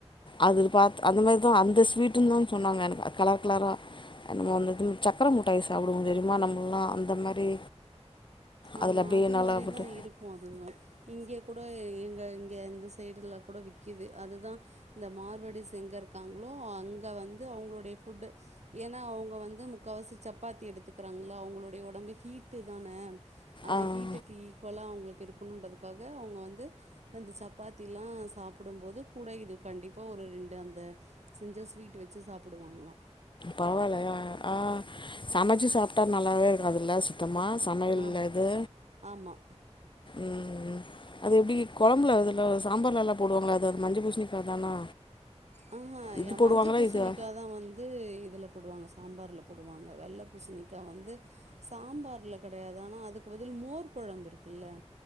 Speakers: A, on the left (about 45°); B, on the right (about 80°).
A: அது பாத் அந்த மாரிதா அந்த ஸ்வீட்டுனுதான் சொன்னாங்க எனக் கலர் கலரா நம்ம வந்துட்டு சக்கர முட்டாய் சாப்டுவோ தெரிமா நம்மெல்லா அந்த மாரி
B: ஆமா
A: அதுல அப்டியே
B: அது
A: நல்லா
B: மாரிதா
A: போட்டு
B: இருக்கூ அதுவு இங்க கூட எங்க இந்த சைடுல கூட விக்கிது. அதுதா இந்த மார்வடிஸ் எங்க இருக்காங்களோ அங்க வந்து அவங்களுடைய ஃபுட்டு ஏனா அவுங்க வந்து முக்காவாசி சப்பாத்தி எடுத்துக்கிறாங்கள அவங்களுடைய ஒடம்பு ஹீட் டு தான அந்த
A: ஆ
B: ஹீட்டுக்கு ஈக்குவலாக அவங்களுக்கு இருக்கணுன்றதுக்காக அவுங்க வந்து அந்த சப்பாத்தில்லா சாப் புடும்போது கூட இது கண்டிப்பா ஒரு ரெண்டு அந்த செஞ்ச ஸ்வீட் வச்சு சாப்புடுவாங்களா.
A: பாவால்லயா ஆ சமச்சு சாப்ட்டா நல்லாவே இ ருக்காதுல சுத்தமா சமயல்லது
B: ஆம் ஆமா.
A: ம் ம் அது எப்டி குழம்புல அதில சாம்பார்லலா போடுவாங்கள அது அது மஞ்ச பூஷ்ணிக்கா தானா
B: ஆ
A: இது
B: அ
A: போடுவாங்களா
B: மஞ்ச பூசணிக்காதா
A: இதா
B: வந்து இதுல போடுவாங்க சாம்பார்ல போடுவாங்க. வெள்ள பூஷ்ணிக்கா வந்து சாம்பார்ல கெடையாது. ஆனா அதுக்கு பதில் மோர் கொழம்பு இருக்குல்ல